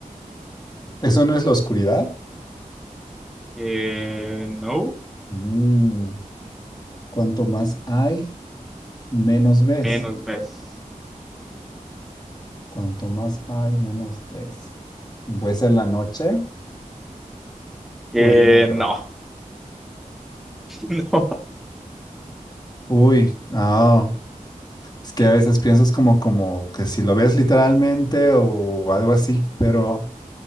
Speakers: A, on the left; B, in the centre.
A: ¿Eso no es la oscuridad?
B: Eh, no,
A: Mm, Cuanto más hay, menos ves.
B: menos ves.
A: Cuanto más hay, menos ves. ¿Puede ser la noche
B: Eh,
A: o el negro?
B: no, <laughs> no.
A: Uy, ah, es que a veces piensas como, como que si lo ves literalmente o algo así, pero